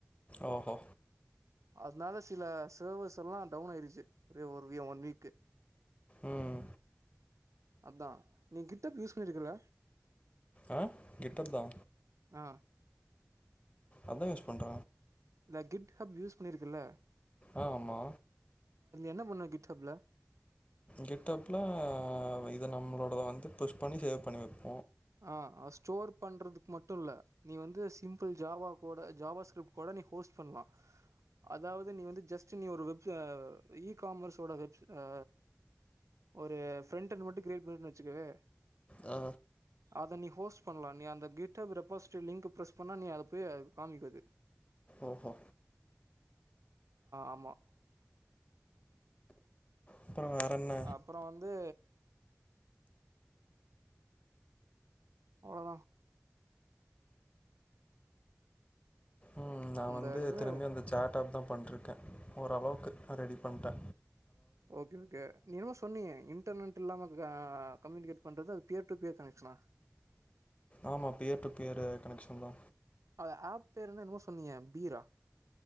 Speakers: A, on the left; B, on the right.
A: ஓஹோ
B: அத்னால சில சேவர்ஸ் எல்லா டவுன் ஆயிருச்சு ரே ஒர் விய ஒன் வீக்கு
A: ம்
B: அதா நீ கிட்டப் யூஸ் பண்ணிருக்கல்ல
A: ஆ கெட்டப் ஆ
B: ஆ
A: அதா யூஸ் பண்ற.
B: ந்த கிட்ஹ் ஹேப் யூஸ் பண்ணிருக்கேல்ல
A: ஆ ஆமா
B: என்ன பண்ணுவ கிட் ஹப்ல
A: கிட் ஹேப்புல இது நம்ளோ வந்து புஷ் பண்ணி சேவ் பண்ணி வெப்
B: ஆ ஸ்டோர் பண்றதுக்கு மட்டும் இல்ல நீ வந்து சிம்பிள் ஜாவா கோட ஜாவா ஸ்க்ரிப்ட் கூட நீ ஹோஸ்ட் பண்ணுலா. அதாவுது நீ வந்து ஜஸ் நீ ஒரு இ காமர்ஸோட வெப் ஆ ஒரு ஃபெரெண்ட நோட் கிரியேட் பண்ண வெச்சுக்கவே
A: ஆ
B: அத நீ ஹோஸ்ட் பண்ணலா. நீ அந்த கிட்அப் ரெக்வஸ்ட் லிக் ப்ரெஸ் பண்ணா நீ போய் அத காம்கிது.
A: ஓஹோ
B: ஆமா
A: அப்புற வேற என்ன
B: அப்பறோ வந்து அவ்ளோதா
A: உம் நா
B: அந்த
A: வந்து
B: என்னது
A: திரும்பியு அந்த சாட் ஆப் தா ண்ருக்கே ஓரளவுக்கு ரெடி பண்டே.
B: Okay okay. நீ ஏதோ சொன்னீயே இன்டர்நெட் க்ர இல்லாம கம்யூனிகேட் பண்றது பியர் டு பியர் கனெக்ஷனா?
A: ஆமா பியர் டு பியரு கனெக்ஷன் தா.
B: ஆ ஆப் பேர் என்ன என்னமோ சொன்னீயே பீரா?